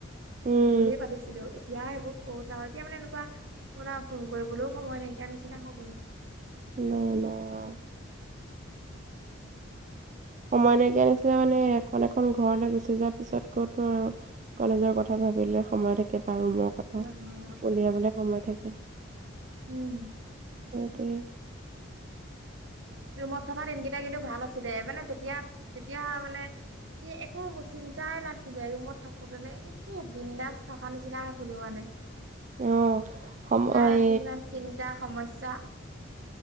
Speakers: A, on the right; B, on the right.
A: উম
B: এনেকে বুলিয়েই পাতিছিলো এতিয়া এইবোৰ ক'ত আৰু এতিয়া মানে এনেকুৱা, আপোনাৰ ফোন কৰিবলৈও সময় নাইকিয় নিচিনা হৈ গ'ল।
A: নাই নাই। অ
B: <inaudible>
A: সময় নাইকিয়া নিছিনা মানে এখন এখন এখন ঘৰলৈ গুচি যোৱা পিছত ক'তো আৰু, কলেজৰ কথা ভাবিলে সময় থাকে। এটা ৰুমৰ কথা,
B: হয় হয়
A: উলিয়াবলে সময় থাকে।
B: উম।
A: তাকে।
B: ৰুমত থকা দিনকেইটা কিন্তু ভাল আছিলে মানে তেতিয়া, তেতিয়া মানে কি একো চিন্তাই নাছিলে ৰুমত থাকো তেনে কি বিন্দাস থকা নিচিনা আছিলো মানে।
A: অ' সময়
B: এতিয়া যিমান চিন্তা সমস্যা।